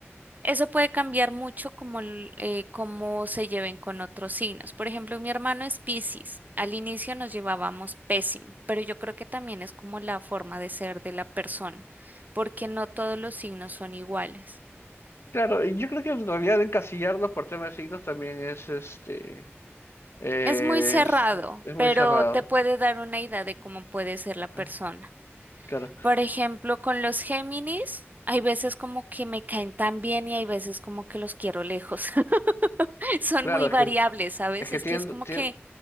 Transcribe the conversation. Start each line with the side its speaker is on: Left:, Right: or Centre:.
Right: Eso puede cambiar mucho como el- eh, cómo se lleven con otros signos. Por ejemplo, mi hermano es Piscis. Al inicio nos llevábamos pésimo, pero yo creo que también es como la forma de ser de la persona, porque no todos los signos son iguales.
Left: Claro, y yo creo que en realidad encasillarlos por temas de signos también es este, es,
Right: Es muy cerrado,
Left: es muy
Right: pero
Left: cerrado.
Right: te puede dar una idea de cómo puede ser la persona.
Left: Ah, claro,
Right: Por ejemplo, con los Géminis, hay veces como que me caen tan bien y hay veces como que los quiero lejos. <laughs> son
Left: claro,
Right: muy
Left: es
Right: variables,
Left: que,
Right: ¿sabes?
Left: es que
Right: Es
Left: tienen,
Right: que es como
Left: tienen,
Right: que